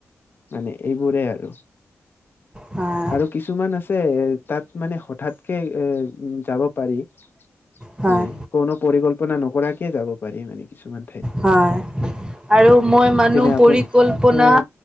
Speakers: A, on the left; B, on the right.
A: মানে এইবোৰে আৰু।
B: হয়
A: আৰু কিছুমান আছে তাত মানে হঠাৎকে এ যাব পাৰি।
B: হয়।
A: মানে কোনো পৰিকল্পনা নকৰাকে যাব পাৰি মানে কিছুমান ঠাইত।
B: হয় আৰু মই মানো
A: যেনে আপুনি
B: পৰিকল্পনা,
A: এ